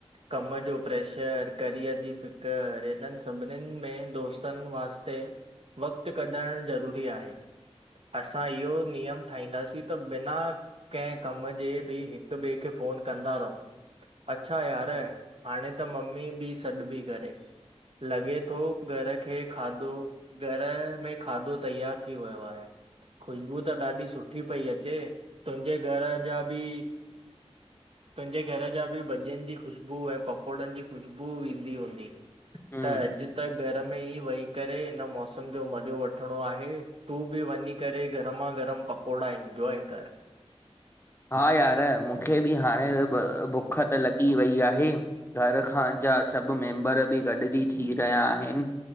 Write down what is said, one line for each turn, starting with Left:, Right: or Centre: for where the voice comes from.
Right: कम जो प्रैशर करियर जी फ़िक्र हिनन सभिनिन में दोस्तन वास्ते ते वक़्त कढण ज़रूरी आहे। असां इहो नियम ठाहींदासीं त बिना कंहिं कम जे बि हिक ॿिए खे फ़ोन कंदा रहूं। अच्छा यार हाणे त मम्मी बि सॾबी करे लॻे थो घर खे खाधो घर में खाधो तयार थी वयो आहे, ख़ुशबू त ॾाढी सुठी पई अचे। तुंजे घर जा बि तुंजे घर जा बि भजियन जी ख़ुशबू ऐं पकौड़न जी ख़ुशबू ईंदी हूंदी
Left: हम्म
Right: त अॼ त घर में ई वेही करे हिन मौसम जो मज़ो वठणो आहे। तू बि वञी करे गरमा गरम पकोड़ा इनजॉय कर।
Left: हा यार मुखे बि हाणे बुख त लॻी वई आहे। घर खां जा सभ मेम्बर बि गॾजी थी रहिया आहिन।